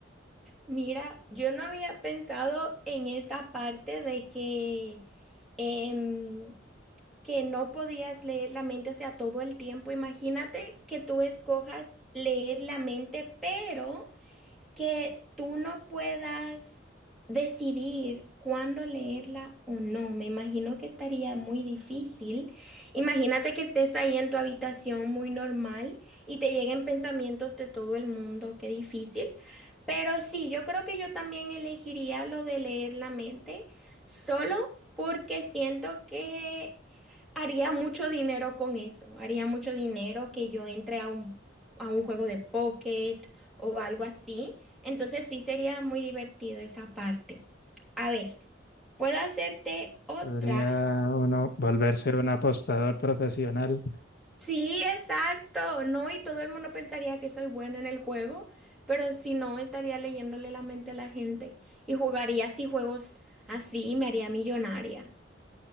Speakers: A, in the centre; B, on the left.
A: Mira, yo no había pensado en esa parte de que... em, que no podías leer la mente, o sea, todo el tiempo. Imagínate que tú escojas leer la mente, pero que tú no puedas decidir cuándo leerla o no. Me imagino que estaría muy difícil. Imagínate que estés ahí en tu habitación muy normal y te lleguen pensamientos de todo el mundo. Qué difícil. Pero sí, yo creo que yo también elegiría lo de leer la mente, solo porque siento que haría mucho dinero con eso. Haría mucho dinero que yo entre a un, a un juego de pocket o algo así. Entonces sí sería muy divertido esa parte. A ver, puedo hacerte otra.
B: Podría uno volverse un apostador profesional,
A: Sí, exacto. No, y todo el mundo pensaría que soy buena en el juego, pero si no, estaría leyéndole la mente a la gente y jugaría así juegos así y me haría millonaria.